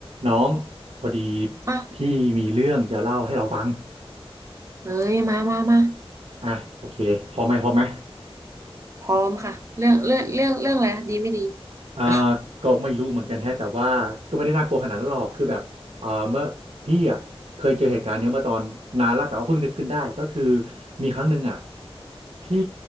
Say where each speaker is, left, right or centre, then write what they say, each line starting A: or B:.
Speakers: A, on the right; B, on the right.
A: น้องพอดี
B: อ่ะ
A: พี่มีเรื่องจะเล่าให้เราฟัง
B: เอ้ย มามามา
A: อ่ะโอเคพร้อมไหมพร้อมไหม
B: พร้อมค่ะ เรื่องเรื่องเรื่องเรื่องอะไรคะดี ไม่ดี
A: อ่า
B: อ่ะ
A: ก็ไม่รู้เหมือนกันแฮะแต่ว่าก็ไม่ได้น่ากลัวขนาดนั้นหรอกคือแบบเอ่อเมื่อพี่อ่ะเคยเจอเหตุการณ์เนี้ยเมื่อตอนนานแล้วแต่ว่าเพิ่งนึกขึ้นได้ก็คือมีครั้งหนึ่งอ่ะพี่